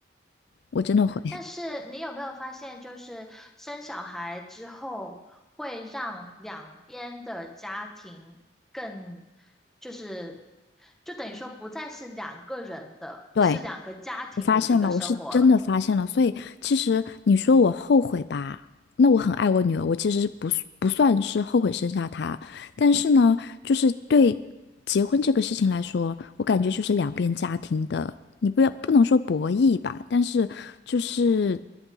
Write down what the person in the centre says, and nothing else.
但是你有没有发现，就是生小孩之后，会让两边的家庭更，就是，就等于说不再是两个人的，
是两个家庭的一个生活了。